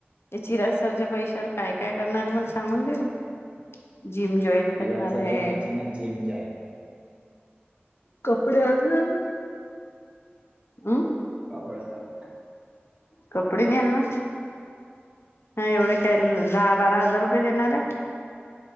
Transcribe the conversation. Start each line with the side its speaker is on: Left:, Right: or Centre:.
Left: ते चिरागसरच्या पैशावर काय काय करणारे मला सांगून देना जिम जॉईन करणार
Right: इराक सारख्या
Left: आहे
Right: पैशांना जिम जाईन
Left: कपडे आणणार ना अं
Right: कपडे आम्ही आने
Left: कपडे नाही आणणार हा एवढे काय दहा- बारा हजार रुपये देणारं.